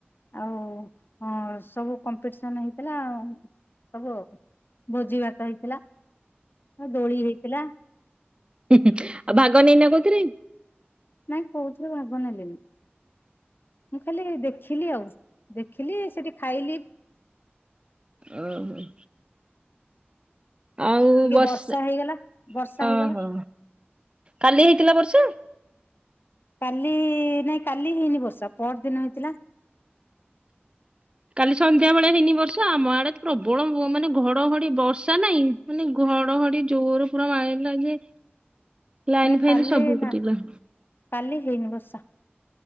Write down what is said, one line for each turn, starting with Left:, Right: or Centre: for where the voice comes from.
Left: ଆଉ ହଁ ସବୁ କମ୍ପିଟିସନ୍ ହେଇଥିଲା ଆଉ ସବୁ ଆଉ। ଭୋଜି ଭାତ ହେଇଥିଲା ଅ ଦୋଳି ହେଇଥିଲା।
Right: ହୁଁ ହୁଁ ଆଉ ଭାଗ ନେଇନ କୋଉଥିରେ?
Left: ନାଇଁ କୋଉଥିରେ ଭାଗ ନେଲିନି ମୁଁ ଖାଲି ଦେଖିଲି ଆଉ। ଦେଖିଲି ସେଠି ଖାଇଲି।
Right: ଉଁ ହୁଁ। ଆଉ
Left: ଟିକେ
Right: ବର୍ଷା
Left: ହେଇଗଲା ବର୍ଷା
Right: ଓହୋ
Left: ହେଇଗଲା
Right: କାଲି ହେଇଥିଲା ବର୍ଷା?
Left: କାଲି ନାଇଁ କାଲି ହେଇନି ବର୍ଷା ପଅର ଦିନ ହେଇଥିଲା।
Right: କାଲି ସନ୍ଧ୍ୟା ବେଳେ ହେଇନି ବର୍ଷା ଆମ ଆଡେ ପ୍ରବଳ ମାନେ ଘଡଘଡି ବର୍ଷା ନାହିଁ ମାନେ ଘଡଘଡି ଜୋର ପୁରା ମାାରଥିଲା ଯେ ଲାଇନ୍
Left: ନାଇଁ
Right: ଫାଇନ
Left: କାଲି
Right: ସବୁ
Left: ନା
Right: କାଟି ଗଲା।
Left: କାଲି ହେଇନି ବର୍ଷା।